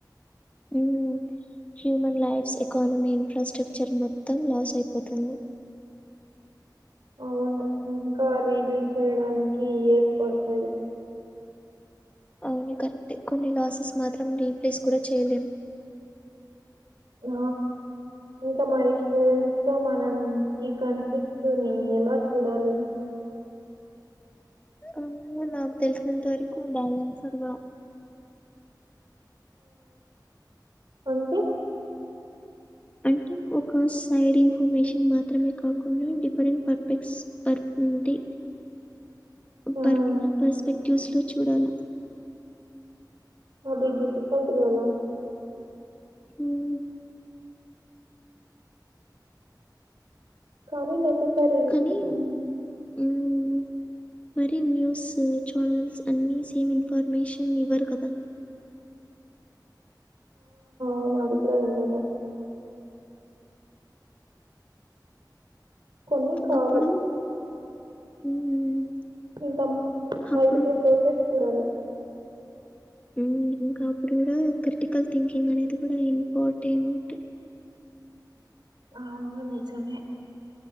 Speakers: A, on the left; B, on the right.
A: హ్మ్ హ్యూమన్ లాస్ ఎకానమీ ఇన్ఫ్రాస్ట్రక్చర్ మొత్తం లాస్ అయిపోతాను
B: అవును ఇంకా రీబిల్డ్ చేయడానికి ఇయర్స్ పడతాయి
A: అవును కరెక్టే కొన్ని లాసెస్ మాత్రం రీప్లేస్ కూడా చేయలేం
B: ఆ ఇంకా మరి స్టూడెంట్స్ తోమనం ఈ కన్ఫ్లిక్ట్స్ ని ఎలా చూడాలి
A: ఆహ్, నాకు తెలిసినంత వరకు బ్యాలెన్స్డ్గా
B: అంటె
A: అంటే ఒక సైడ్ ఇన్ఫర్మేషన్ మాత్రమే కాకుండా డిఫరెంట్ పర్పెక్స్ పర్క్ ఉంటే
B: హ్మ్.
A: పర్ పర్స్పెక్టివ్స్ లో చూడాలి
B: అది డిఫికల్ట్ కదా
A: హ్మ్
B: సరే రేపు
A: కానీ
B: <unintelligible>
A: హ్మ్ మరి న్యూస్ ఛానల్స్ అన్నీ సేమ్ ఇన్ఫర్మేషన్ ఇవ్వరు కదా
B: హ్మ్ అదికూడా నిజమే కొన్ని కావు
A: అప్పుడు హ్మ్
B: ఇంకా
A: అప్పుడు
B: మల్టిపుల్ సోర్సెస్ చూడాలి
A: హ్మ్ ఇంకా అప్పుడు కూడా క్రిటికల్ థింకింగ్ అనేది కూడా ఇంపార్టెంట్
B: అవును నిజమే